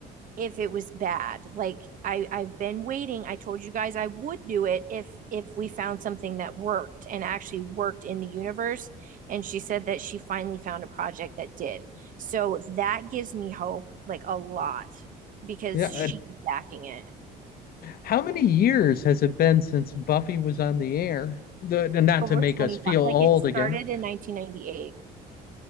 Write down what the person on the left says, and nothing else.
yeah.
uh,
how many years has it been since Buffy was on the air? The, not
to make
us feel old
again.